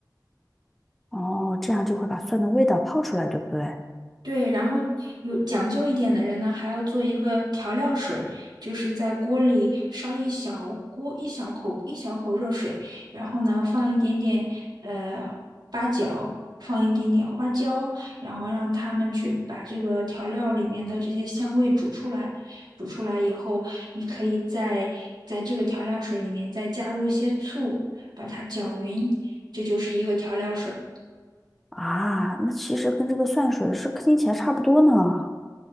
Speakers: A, in the centre; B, on the right.
A: 哦，这样就会把蒜的味道泡出来，对不对？
B: 对，然后有讲究一点的人呢，还要做一个调料水儿，就是在锅里烧一小锅一小口一小口热水，然后呢放一点点呃八角，放一点点花椒，然后让他们去把这个调料里面的这些香味煮出来。煮出来以后，你可以在在这个调料水里面再加入一些醋，把它搅匀，这就是一个调料水
A: 啊，那其实跟这个蒜水是听起来差不多呢。